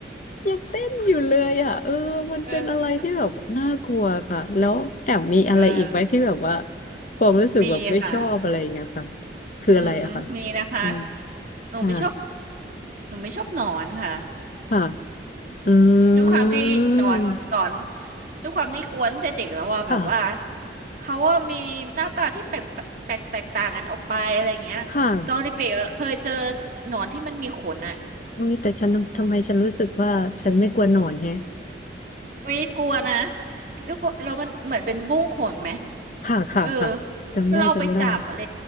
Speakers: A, on the left (about 45°); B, on the right (about 45°).
A: ยังเต้นอยู่เลยอ่ะเออมันเป็นอะไรที่แบบน่ากลัวค่ะแล้วแอมมีอะไรอีกไหมที่แบบว่า
B: เออเออ
A: ความรู้สึกแบบไม่ชอบอะไรอย่างเงี้ยค่ะ
B: มีค่ะ
A: คืออะไรอะค่ะ
B: อืมอืมมีนะคะ
A: อืม
B: หนูไม่ชอบ
A: ค่ะ
B: หนูไม่ชอบหนอนค่ะ
A: ค่ะอืม
B: ด้วยความที่หนอนหนอนด้วยความที่กวนตั้งแต่เด็กแล้วว่าแบบว่า
A: ค่ะ
B: เขาว่ามีหน้าตาที่แปลกแปลกแตกต่างกันออกไปอะไรอย่างเงี้ยตอนเด็กๆอะเคยเจอ
A: ค่ะ
B: หนอนที่มันมีขนอะ
A: อุ้ยแต่ฉันทำไมฉันรู้สึกว่าฉันไม่กลัวหนอนแฮะ
B: ไม่กลัวนะด้วยความแล้วมันเหมือนเป็นบุ้งขนไหม
A: ค่ะค่ะค่ะจำได้จำได้
B: เออแล้วเราไปจับอะไร